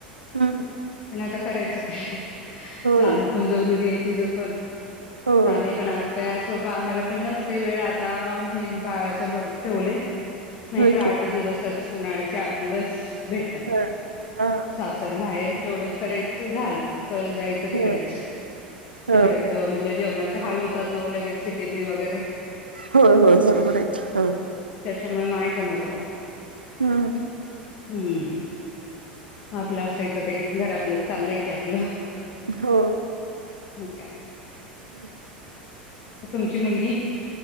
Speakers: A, on the right; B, on the left.
A: हू!
B: पण आता करायचं काय,
A: होय
B: जाण पण जरुरी आहे तिचं पण.
A: होय
B: हा मी पण आस ते असोपा आम्हाला पण नसंते वेळ आता हे बाळाच्या मुळ ठेवले. नाहीतर
A: होय
B: आठ
A: की
B: दिवसच, उन्हाळ्याचे आठ दिवस भेटतात.
A: हं हा!
B: सासर माहेर तेवढंच करायचं झालं, पर जायचं तिकडेच
A: होय हो
B: तिकडेच. च म्हणजे जेवणाचे हाल होतात नावो लगेच सिटी तनी वगैरे.
A: होय होय बरोबर आहेत हा!
B: त्याच्यामुळं नाही जमत आवो.
A: हू!
B: हूं! आपलं असायचं ते घरातलंच, चाललंय की आपलं.
A: हो!
B: मग काय.
A: <unintelligible>
B: त तुमची मुलगी?